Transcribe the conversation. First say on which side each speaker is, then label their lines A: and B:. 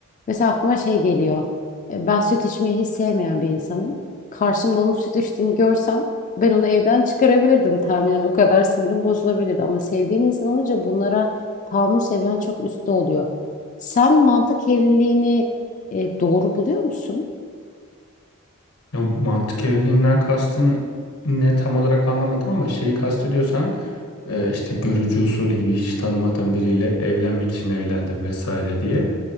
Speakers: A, on the left (about 35°); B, on the left (about 85°).
A: Mesela aklıma şey geliyor. E, Ben süt içmeyi hiç sevmeyen bir insanım. Karşımda onun süt içtiğini görsem ben onu evden çıkarabilirdim tahminen. O kadar sinirim bozulabilirdi. Ama sevdiğin insan olunca bunlara tahammül seviyen çok üstte oluyor. Sen mantık evliliğini e, doğru buluyor musun?
B: Ya mantık evliliğinden kastın ne tam olarak anlamadım ama şeyi kastediyorsan e, işte görücü usulü gibi hiç tanımadığın biriyle evlenmek için evlendim vesaire diye.